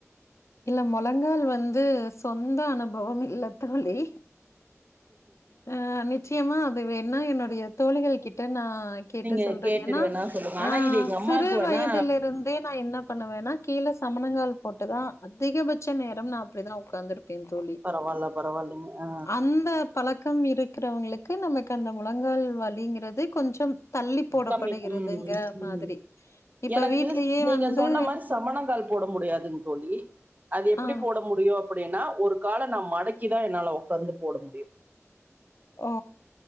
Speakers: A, on the left (about 65°); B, on the right (about 35°).
A: இல்ல மொழங்கால் வந்து சொந்த அனுபவம் இல்லத்தோழி அ நிச்சயமா அது வேணா என்னுடைய தோழிகள் கிட்ட நா கேட்டு
B: நீங்க
A: சொல்றே
B: கேட்டுட்டு
A: ஏன்னா
B: வேணா சொல்லுங்க
A: ஆ
B: ஆனா இது எங்க அம்மாக்கு
A: சிறு
B: வேணா
A: வயதுலருந்தே நா என்ன பண்ணுவேன்னா கீழ சமணங்கால் போட்டுதா அதிகபச் ச்ச நேரம் நா அப்டிதா உக்காந்துருப்பே தோழி
B: பரவால்ல பரவால்லைங்க ஆ
A: அந்த பழக்கம் இருக்கிறவங்களுக்கு நமக்கு அந்த முழங்கால் வழிங்கிறது கொஞ்சம் தள்ளி போடப்படுகிறதுங்க
B: சமி ம்
A: மாதிரி
B: ம்
A: இப்ப
B: எனக்கு
A: வீட்லயே
B: ஸ் நீங்க
A: வந்து
B: சொன்ன மாரி சமணங்கால் போட முடியாதுங் தோழி அது எப்டி
A: ஆ
B: போட முடியு அப்டின்னா ஒரு கால நா மடக்கி தா என்னால உக்காந்து போட முடியு
A: அ